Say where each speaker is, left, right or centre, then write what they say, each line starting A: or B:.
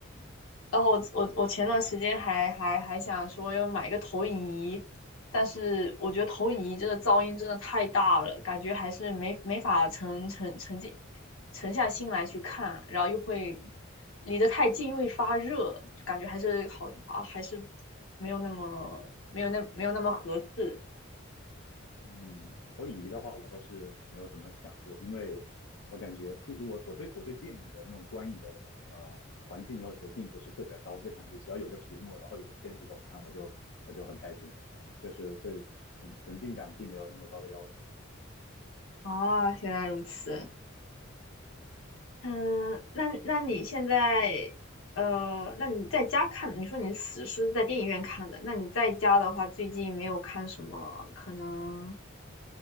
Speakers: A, on the left; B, on the left.
A: 然后我我我前段时间还还还想说要买一个投影仪，但是我觉得投影仪真的噪音真的太大了，感觉还是没没法沉沉沉浸沉下心来去看，然后又会离得太近又会发热，就感觉还是好啊，还是没有那么没有那没有那么合适。
B: 嗯，投影仪的话，我倒是没有怎么想过，因为我感觉就我我对我对电影的那种观影的呃环境要求并不是特别高，我就感觉只要有个屏幕，然后有个片子给我看，我就我就很开心，就是对沉沉浸感并没有那么高的要求。
A: 啊。原来如此。嗯，那那你现在呃，那你在家看，你说你死是在电影院看的，那你在家的话，最近没有看什么？可能